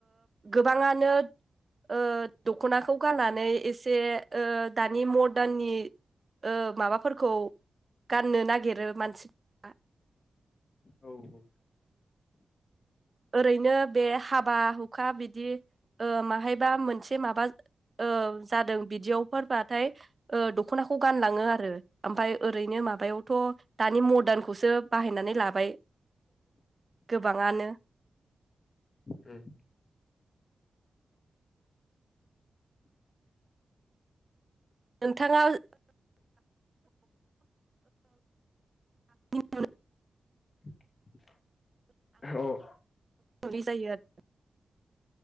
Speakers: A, on the right; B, on the left.
A: गोबाङानो ओ। दख'नाखौ गाननानै एसे ओ दानि मर्दाननि ओ माबाफोरखौ गाननो नागिरो मानसिफोरा
B: औ औ।
A: ओरैनो बे हाबा हुखा बिदि ओ माहायबा मोनसे माबा ओ जादों बिदियावफोरबाथाय दख'नाखौ गानलाङो आरो। ओमफ्राय ओरैनो माबायावथ' दानि मर्दानखौसो बाहायनानै लाबाय गोबाङानो।
B: उम।
A: नोंथाङा <inaudible> <inaudible>
B: <inaudible> औ अ
A: <inaudible> जायो आरो